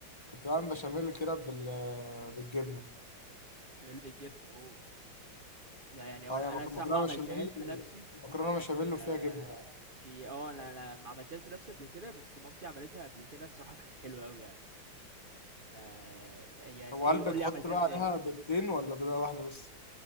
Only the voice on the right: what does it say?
مش من اللي بتجيبنا اوه لا يعني وانا
انا
الصراحه
ما عملتهاش
بنفسي
بس
آه
دي اه انا انا ما عملتهاش بنفسي قبل كده بس مامتي عملتها قبل كده الصراحه كانت حلوه قوي يعني فا هي انت
ايه
قول لي عملتها
ازاي